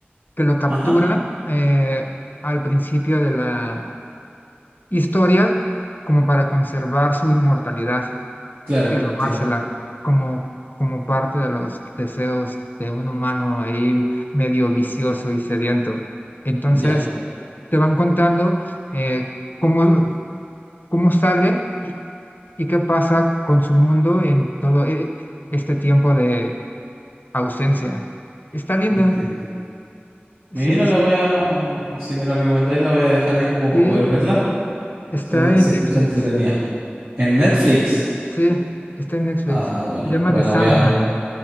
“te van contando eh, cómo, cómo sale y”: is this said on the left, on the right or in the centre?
Left